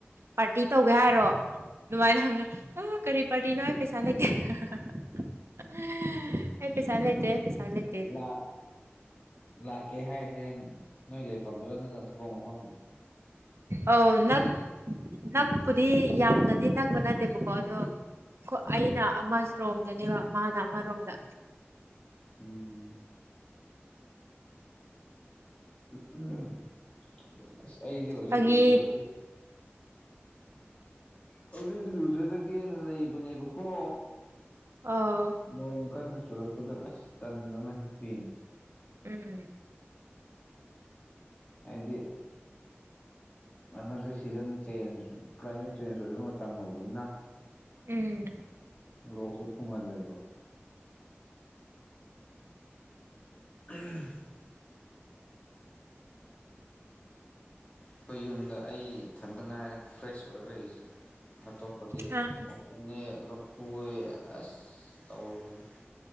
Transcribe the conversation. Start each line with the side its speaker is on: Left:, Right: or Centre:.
Right: ꯄꯥꯔꯇꯤ ꯇꯧꯒꯦ ꯍꯥꯏꯔꯣ ꯑꯗꯨꯅꯨꯡꯃꯥꯏꯅ ꯍꯪꯉ ꯑ ꯀꯔꯤ ꯄꯥꯔꯇꯤꯅꯣ ꯑꯩ ꯄꯩꯁꯥ ꯂꯩꯇꯦ <unintelligible> ꯑꯦ ꯑꯩ ꯄꯩꯁꯥ ꯑꯩ ꯄꯩꯁꯥ ꯂꯩ
Left: ꯂꯥꯛ ꯂꯥꯛꯀꯦ ꯍꯥꯏꯁꯦ ꯅꯣꯏ ꯂꯩꯐꯝꯗꯨꯔ ꯅꯠꯇꯅ ꯊꯕꯛ ꯃꯐꯝꯗꯨꯔ
Right: ꯑꯧ ꯅꯛ ꯅꯛꯄꯨꯗꯤ ꯌꯥꯝꯅꯗꯤ ꯅꯛꯄ ꯅꯠꯇꯦꯕꯀꯣ ꯑꯗꯣ ꯀꯣ ꯑꯩꯅ ꯑꯃꯔꯣꯝꯗꯅꯦꯕ ꯃꯥꯅ ꯑꯃꯔꯣꯝꯗ
Left: ꯎꯝ ꯎꯝ ꯑꯁ ꯑꯩꯁꯦ ꯍꯧꯖꯤꯛ
Right: ꯐꯥꯒꯤ
Left: ꯂꯨꯖꯒꯤ ꯍꯧꯖꯤꯛ ꯂꯨꯖꯔꯒꯦꯅ ꯂꯩꯕꯅꯦꯕꯀꯣ
Right: ꯑꯥ
Left: ꯅꯣꯡ ꯀꯟꯅ ꯆꯨꯔꯛꯄꯗ ꯑꯁ ꯇꯟꯗꯅ ꯍꯤꯄꯤꯅꯤ
Right: ꯎꯝ
Left: ꯍꯥꯏꯗꯤ ꯍꯟꯗꯛꯁꯦ ꯁꯤꯖꯟ ꯆꯦꯟꯖ ꯀ꯭ꯂꯥꯏꯃꯦꯠ ꯆꯦꯟꯖ ꯑꯣꯏꯕ ꯃꯇꯝ ꯑꯣꯏꯕꯅꯤꯅ
Right: ꯎꯝ
Left: ꯂꯣꯛꯁꯨ ꯊꯨꯡꯍꯜ ꯂꯩꯕ <unintelligible> ꯑꯩꯈꯣꯏ ꯌꯨꯝꯗ ꯑꯩ ꯏꯊꯟꯇ ꯉꯥꯏꯔꯦ ꯐ꯭ꯔꯦꯁ ꯑꯣꯏꯔ ꯂꯩꯔꯤꯁꯦ ꯑꯇꯣꯞꯄꯒꯤ
Right: ꯍꯥ
Left: ꯊꯨꯡꯉꯦ ꯂꫭꯛ ꯈꯨꯋꯦ ꯑꯦꯁ ꯇꯧꯔꯕꯅꯦ